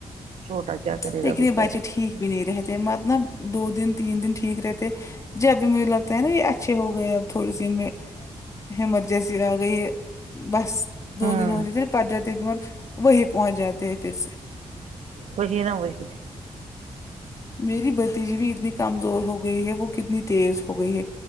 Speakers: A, on the right; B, on the left.
A: چھوٹا کیا کرے
B: لیکن
A: گا بیچارہ
B: یہ بچے ٹھیک بھی نہیں رہتے مطلب دو دن تین دن ٹھیک رہتے جب بھی مجھے لگتا ہے نا یہ اچھے ہو گئے اب تھوڑے دن میں ہمت جیسے آ گئی ہے بس دو
A: ہوں
B: دن ہو جاتے نا پٹ جت وہی پہنچ جاتے ہیں پھر سے
A: وہی نہ وہی
B: میری بھتیجی بھی اتنی کمزور ہو گئی ہے وہ کتنی تیز ہو گئی ہے